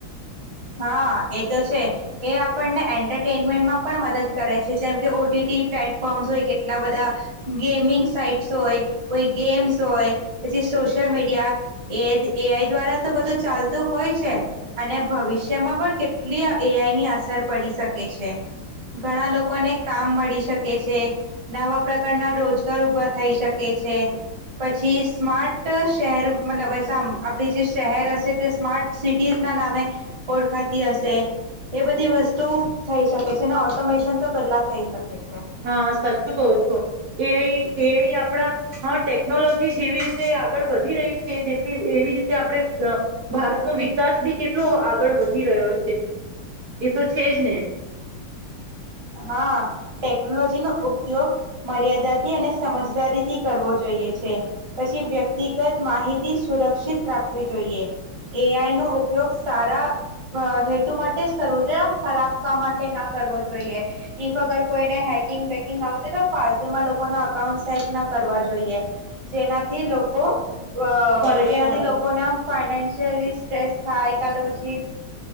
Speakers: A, on the right (about 35°); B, on the right (about 60°).
A: હા એ તો છે એ આપણને એન્ટરટેનમેન્ટમાં પણ મદદ કરે છે જેમ કે ઓટીટી પ્લેટફોર્મ્સ હોય કેટલા બધા ગેમિંગ સાઈટસ હોય કોઈ ગેમ્સ હોય પછી સોશયલ મીડિયા એ એઆઈ દ્વારા તો બધું ચાલતું હોય છે અને ભવિષ્ય મા પણ કેટલી એઆઈની અસર પડી શકે છે. ઘણા લોકોને કામ મળી શકે છે. નવા પ્રકારના રોજગાર ઊભા થઈ શકે છે. પછી સ્માર્ટ શહેર મતલબ સા આપણી જે શહેર હશે તે સ્માર્ટ સિટીઝના નામે ઓળખાતી હશે એ બધી વસ્તુ થઈ શકે છે. ઓટોમેશન તો પહેલા થઈ શકે છે.
B: હા સાચું કવ છો એ આઈ એ આપણા હ ટેકનોલોજી જેવી રીતે આગળ વધી રહી છે જે એવી રીતે આપણે ભારતનો વિકાસ બી કેટલો આગળ વધી રહ્યો છે એ તો છેજ ને
A: હા ટેકનોલોજી નો ઉપયોગ મર્યાદાથી અને સમજદારીથી કરવો જોઈએ છે. પછી વ્યક્તિગત માહિતી સુરક્ષિત રાખવી જોઈએ. એઆઈ નો ઉપયોગ સારા હેતુ માટે જ કરવો જોઈએ. આમ ખરાબ કામ માટે ના કરવો જોઈએ. જોઈએ ઇફ અગર કોઈને હેકિંગ બેકિંગ આવતી તો ફાલતુમાં લોકોના અકાઉન્ટસ હેક ન કરવા જોઈએ જેનાથી લોકો અ
B: પરેશાન
A: જેનાથી
B: થાય.
A: લોકો ના ફાઈને ન્સિયલી સ્ટ્રેસ થાય કા પછી